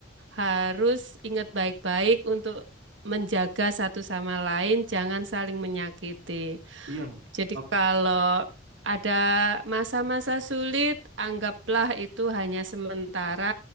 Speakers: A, on the right (about 70°); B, on the right (about 85°).
A: harus ingat baik-baik untuk menjaga satu sama lain,
B: Iya,
A: jangan saling menyakiti.
B: Iya, Mbak.
A: Jadi
B: Oke.
A: kalau ada masa-masa sulit, anggaplah itu hanya sementara.